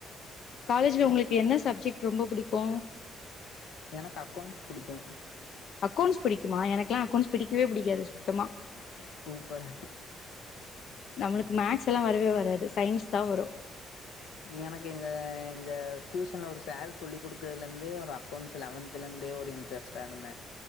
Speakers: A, on the left (about 55°); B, on the left (about 85°).
A: காலேஜ்ல உங்ளுக்கு என்ன சப்ஜெக்ட் ரொம்ப புடிக்கு
B: எனக் அக்கௌண்ட்ஸ் புடிக்கு
A: அக்கௌண்ட்ஸ் புடிக்குமா எனக்கெலா அக்கௌண்ட்ஸ் புடிக்கவே புடிக்காது சுத்தமா
B: சூப்பர்
A: நம்மளுக்கு மேக்ஸ் எல்லா வரவே வராது சயின்ஸ் தா வரு
B: எனக்கு எங்க எங்க டியூஷன்ல ஒரு சார் சொல்லிக் கொடுத்ததுலருந்தே ஒரு அக்கௌண்ட்ஸ் லெவன்த் த்துலருந்தே ஒரு இன்ட்ரெஸ்டா இருந்தே